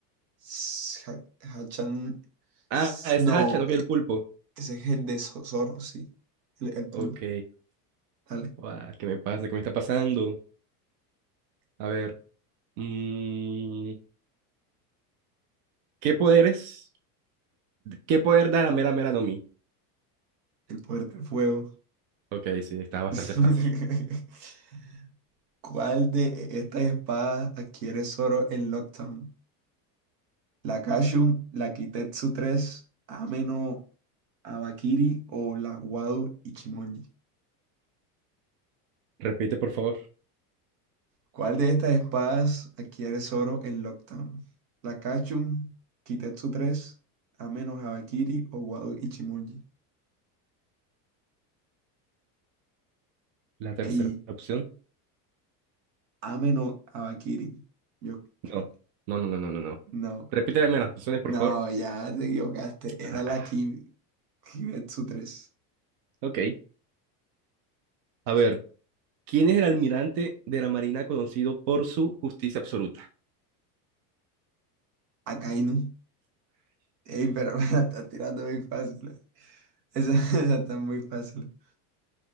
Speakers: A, on the right (about 80°); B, on the right (about 60°).
A: s- Ha- Hachan.
B: Ah,
A: s-
B: es
A: No,
B: Hacha, no que
A: eh,
B: el pulpo.
A: ese es el de Zo- Zorro, sí. El, el pulpo.
B: Ok.
A: Dale.
B: Guau, ¿qué me pasa? ¿Qué me está pasando? A ver. mm, ¿qué poderes? ¿Qué poder dar a Mera Mera no Mi?
A: El poder del fuego.
B: Ok, sí, está bastante
A: <laughs>
B: fácil.
A: ¿Cuál de estas espadas adquiere Zoro en Lockdown? ¿La Kashun, la Kitetsu tres, Ameno Abakiri o la Wado Ichimonji?
B: Repite, por favor,
A: ¿Cuál de estas espadas adquiere Zoro en Lockdown? ¿La Kachun, Kitetsu 3, Ame no Habakiri o Wado Ichimonji?
B: la tercera
A: Ey,
B: opción.
A: Ame no Habakiri. Yo,
B: No,
A: yo-
B: no, no, no, no, no. no.
A: no,
B: Repite las primeras opciones,
A: no,
B: por favor.
A: ya te equivocaste.
B: Ah,
A: Era la Ki, Kitetsu 3.
B: ok. A ver. ¿Quién es el almirante de la Marina conocido por su justicia absoluta?
A: Akainu. Ey, pero <laughs> me la estás tirando muy fácil. eh. Esa, <laughs> esa está muy fácil.